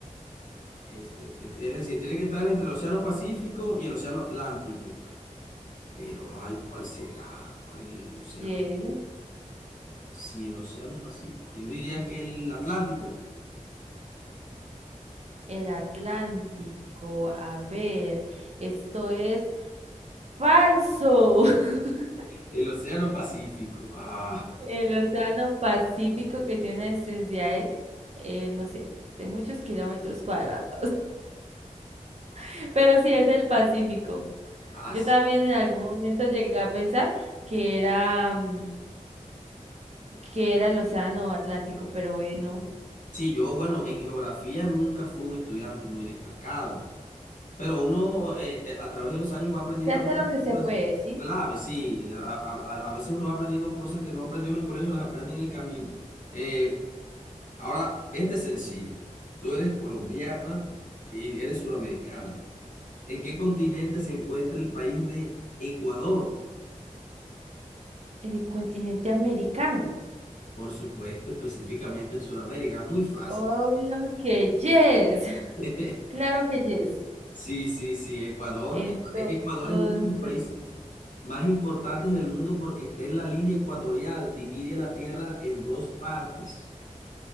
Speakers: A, on the left; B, on the right.
A: Este, este, es decir, tiene que estar entre el Océano Pacífico y el Océano Atlántico. Pero, ay, ¿cuál será? ¿Cuál es el océano?
B: Yes,
A: Si el Océano Pacífico. Yo diría que el Atlántico.
B: el Atlántico. A ver, esto es falso. <laughs>
A: El Océano Pacífico. Ah,
B: El océano Pacífico que tiene una extensidad de, eh, no sé, de muchos kilómetros cuadrados. <laughs> Pero sí es el Pacífico.
A: as-
B: Yo también en algún momento llegué a pensar que era, mm, que era el océano Atlántico, pero bueno,
A: Sí, yo, bueno, en geografía nunca fui un estudiante muy destacado. Pero uno eh, eh, a través de los años va aprendiendo
B: se hace
A: algunas
B: lo que se
A: cosas
B: puede, ¿sí?
A: claves, sí. A, a- a- a veces uno va aprendiendo cosas que no aprendió en el colegio, las aprende en el camino. Eh, ahora, esta es sencilla. Tú eres colombiana y eres suramericana. ¿En qué continente se encuentra el país de Ecuador?
B: En el continente americano.
A: Por supuesto, específicamente en Sudamérica. Muy fácil.
B: Obvio que yes, <laughs>
A: <laughs>
B: claro que yes.
A: Sí, sí, sí, Ecuador.
B: Entonces,
A: Ecu- Es que Ecuador es uno de los países más importantes del mundo porque está en la línea ecuatorial, divide la tierra en dos partes.